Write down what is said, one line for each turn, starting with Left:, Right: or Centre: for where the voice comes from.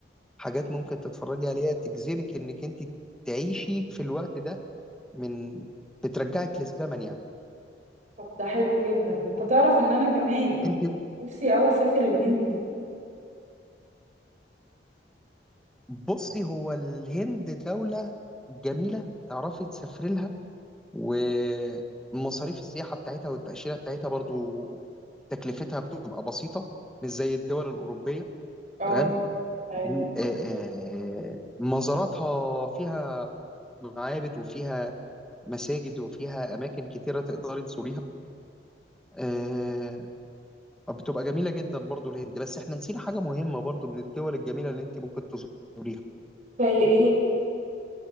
Centre: حاجات ممكن تتفرجي عليها تجذبك انك انت تعيشي في الوقت ده من بترجعك للزمن يعني
Right: طب ده حلو جدا انت تعرف ان انا كمان
Centre: انت
Right: نفسي اوي اسافر الهند
Centre: بصي هو الهند دولة جميلة تعرفي تسافري لها ومصاريف السياحة بتاعتها والتأشيرة بتاعتها برضو تكلفتها بتبقى بسيطة مش زي الدول الأوروبية
Right: اه
Centre: تمام
Right: ايوه
Centre: آه، آه، مزاراتها فيها معابد وفيها مساجد وفيها أماكن كتيرة تقدري تزوريها آه، آه، بتبقى جميلة جدا برضو الهند بس احنا نسينا حاجة مهمة برضو من الدول الجميلة اللي انت ممكن تزوريها
Right: زي ايه